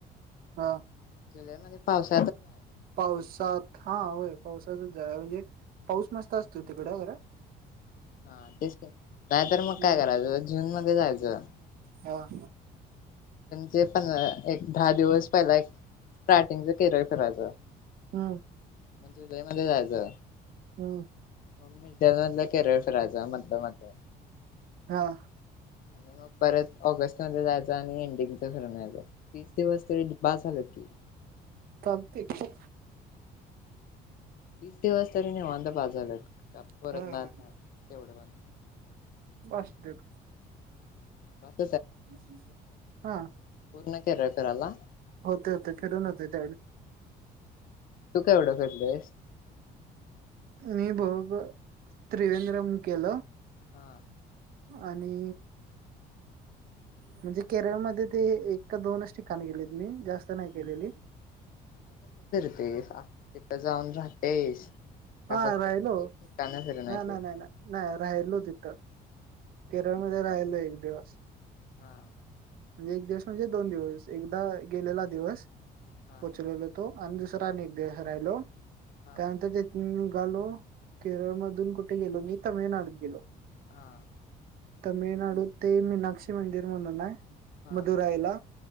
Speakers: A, on the right; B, on the left.
A: हा.
B: जुलै मध्ये पाऊस
A: पावसात हा होय पावसात म्हणजे पाऊस मस्त असतोय तिकड खर.
B: हा तेच की नाहीतर मग
A: हम्म
B: काय करायच जून म ध्ये जायचं
A: होय.
B: ते पन एक दहा दिवस पहिला एक स्टार्टिंगच केरळ फिरायचं
A: हम्म
B: म जुलै मध्ये जायचं.
A: हम.
B: होममेड त्यानंतर केरळ फिरायच मधन मधन
A: हा
B: आणि मग परत ऑगस्ट मध्ये जायच आणि एंड तीस दिवस तरी बास झालं की.
A: चालतंय की.
B: तीस दिवस तरी निवांत बास झालं काय
A: होय
B: परतणार
A: होय
B: नाही तेवढं पण
A: फास्टटॅग
B: बस <unintelligible>
A: क <unintelligible> हा
B: पूर्ण केरळ फिरायला
A: होतय होतय फिरून होतय त्यावेळी.
B: तू काय एवढं फेडलंयस?
A: मी बघ त्रिवेंद्रम केलं.
B: हा.
A: आणि म्हणजे केरळ मध्ये ते एक का दोनच ठिकाण गेलेत मी. जास्त नाही केलेली.
B: तिथ जाऊन राहतेस काय
A: हा
B: तिथली
A: राहिलो
B: फक्त ठिकाण फिरून
A: ना
B: यतोय
A: ना नाही नाही नाही राहिलो तिथं केरळमध्ये राहिलो एक दिवस
B: हा
A: म्हणजे एक दिवस म्हणजे दोन दिवस एकदा गेलेला दिवस
B: हा
A: पोचलेला तो आणि दुसरा आणि एक दिवस राहिलो.
B: हा
A: त्यानंतर तिथंन निघ आलो केरळ मधून कुठे गेलो मी तामिळनाडूत गेलो.
B: हा.
A: तमिळनाडू ते मीनाक्षी मंदिर म्हणून हाय?
B: हा
A: मधुरायला